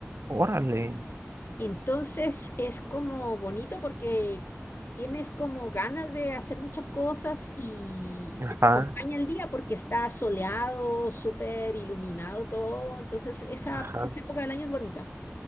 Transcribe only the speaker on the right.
Órale.
Ajá,
ajá.